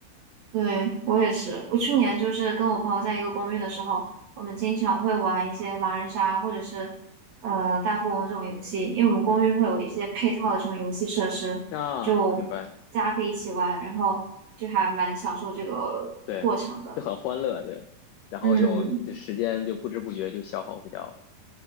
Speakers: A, on the right; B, on the left.
A: 对，我也是。我去年就是跟我朋友在一个公寓的时候，我们经常会玩一些狼人杀或者是呃大富翁这种游戏，因为我们公寓会有一些配套的这种游戏设施，
B: 嗯，啊，
A: 就
B: 明白，
A: 大家可以一起玩，然后就还蛮享受这个过程的。
B: 对，就很欢乐，对，然后又就时间就不知不觉就消耗不掉了。
A: 嗯，